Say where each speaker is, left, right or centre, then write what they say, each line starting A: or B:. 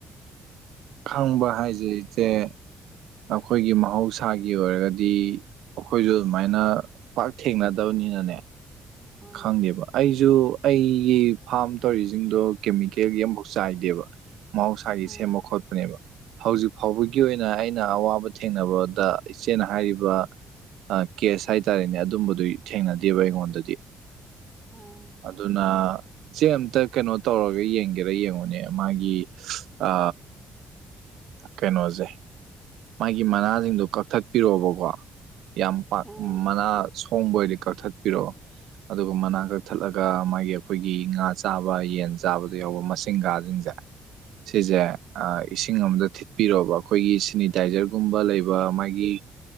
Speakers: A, on the right; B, on the right.
A: ꯈꯪꯕ ꯍꯥꯏꯁ ꯏꯆꯦ ꯑꯩꯈꯣꯏꯒꯤ ꯃꯍꯧꯁꯥꯒꯤ ꯑꯣꯏꯔꯒꯗꯤ ꯑꯩꯈꯣꯏꯁꯨ ꯑꯗꯨꯃꯥꯏꯅ ꯄꯥꯛ ꯊꯦꯡꯅꯗꯕꯅꯤꯅꯅꯦ
B: ꯎꯝ
A: ꯈꯪꯗꯦꯕ ꯑꯩꯁꯨ ꯖꯨ ꯑꯩꯒꯤ ꯐꯥꯔꯝ ꯇꯧꯔꯤꯁꯤꯡꯗꯣ ꯀꯦꯃꯤꯀꯦꯜꯒꯤ ꯑꯃꯐꯥꯎ ꯆꯥꯏꯗꯦꯕ ꯃꯍꯧꯁꯥꯒꯤ
B: ꯎꯝ
A: ꯁꯦꯝꯕ ꯈꯣꯠꯄꯅꯦꯕ ꯍꯧꯖꯤꯛ ꯐꯥꯎꯕꯒꯤ ꯑꯣꯏꯅ ꯑꯩꯅ ꯑꯋꯥꯕ ꯊꯦꯡꯅꯕꯗ ꯏꯆꯦꯅ ꯍꯥꯏꯔꯤꯕ ꯀꯦꯁ ꯍꯥꯏꯇꯥꯔꯦꯅꯦ ꯑꯗꯨꯝꯕꯗꯨ ꯊꯦꯡꯅꯗꯦꯕ ꯑꯩꯉꯣꯟꯗꯗꯤ
B: ꯎꯝ
A: ꯑꯗꯨꯅ ꯏꯆꯦ ꯑꯃꯇ ꯀꯩꯅꯣ ꯇꯧꯔꯒ ꯌꯦꯡꯒꯦꯔ ꯌꯦꯡꯉꯨꯅꯦ ꯃꯥꯒꯤ ꯑ ꯀꯩꯅꯣꯁꯦ ꯃꯥꯒꯤ ꯃꯅꯥꯁꯤꯡꯗꯨꯣ ꯀꯛꯊꯠꯄꯤꯔꯛꯑꯣꯕꯀꯣ ꯌꯥꯝ ꯄꯥꯛ
B: ꯎꯝ
A: ꯃꯅꯥ ꯁꯣꯡꯕ ꯑꯣꯏꯔꯗꯤ ꯀꯛꯊꯠꯄꯤꯔꯣ ꯑꯗꯨꯒ ꯃꯅꯥꯛ ꯀꯛꯊꯠꯂꯒ ꯃꯥꯒꯤ ꯑꯩꯈꯣꯏꯒꯤ ꯉꯥ ꯆꯥꯕ ꯌꯦꯟ ꯆꯥꯕꯗ ꯌꯥꯎꯕ ꯃꯁꯤꯡꯒꯥꯥꯁꯤꯡꯁꯦ
B: <inaudible>
A: ꯁꯤꯁꯦ ꯏꯁꯤꯡ ꯑꯗ ꯊꯤꯠꯄꯤꯔꯣꯕ ꯑꯩꯈꯣꯏꯒꯤ ꯁꯦꯅꯤꯇꯥꯏꯖꯔꯒꯨꯝꯕ ꯂꯩꯕ ꯃꯥꯒꯤ